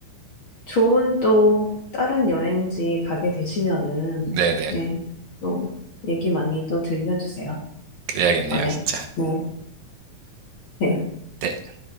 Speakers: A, on the left (about 50°); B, on the right (about 80°).
A: 좋은 또 다른 여행지 가게 되시면은,
B: 네네.
A: 예. 또 얘기 많이 또 들려주세요.
B: 그래야겠네요,
A: 어, 네.
B: 진짜.
A: 네. 네.
B: 네.